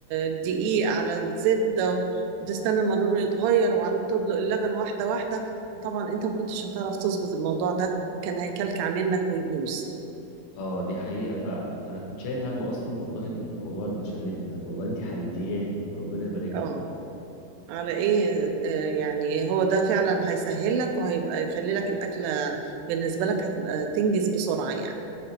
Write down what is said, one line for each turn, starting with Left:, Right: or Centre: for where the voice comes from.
Right: الدقيق على الزبده و- وتستنى ما لونه يتغير وبعدين تدلق اللبن واحده واحده وطبعا انت ما كنتش هتعرف تظبط الموضوع ده كان هيكلكع منك ويبوظ
Left: اه دي حقيقة فعلا انا كنت شايل هم اصلا والله الموضوع البشاميل ده والله انتي حلتيها لي ربنا يبارك
Right: اه
Left: لك
Right: على ايه آه، يعني هو ده فعلا هيسهل لك وهيبقى يخلي لك الأكلة بالنسبة لك هتبقى تنجز بسرعة يعني